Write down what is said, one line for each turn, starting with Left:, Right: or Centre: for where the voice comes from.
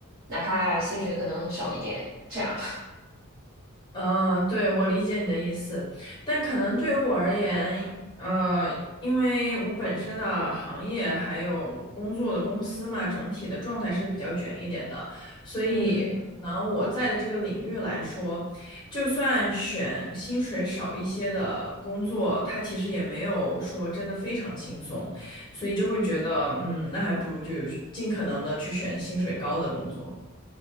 Right: 哪怕薪水可能少一点，这样。
Left: 嗯，对，我理解你的意思，但可能对于我而言，呃，因为我本身的行业还有工作的公司嘛，整体的状态是比较卷一点的，所以可能我在的这个领域来说，
Right: <laughs> 嗯。
Left: 就算选薪水少一些的工作，它其实也没有说真的非常轻松，所以就会觉得，嗯，那还不如就尽可能的去选薪水高的工作。